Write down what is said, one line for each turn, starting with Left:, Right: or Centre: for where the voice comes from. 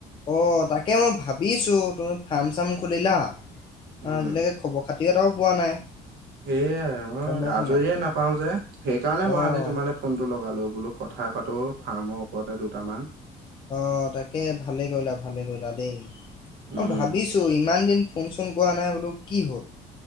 Left: অ', তাকে মই ভাবিছো, তুমি ফাৰ্ম চাৰ্ম খুলিলা
Right: উম।
Left: আজিলৈকে খবৰ খাতি এটাও পোৱা নাই।
Right: এইয়াই মই
Left: গম পাইছা
Right: আজৰিয়ে
Left: নাই?
Right: নাপাও যে, সেইকাৰণে মই
Left: অহ
Right: আজি তোমালে ফোনটো লগালো, বোলো কথা পাতো ফাৰ্মৰ ওপৰতে দুটামান।
Left: অ', তাকে ভালে কৰিলা ভালে, কৰিলা দেই
Right: উম
Left: অ' ভাবিছ ইমান দিন ফোন চোন কৰা নাই বোলো কি হ'ল,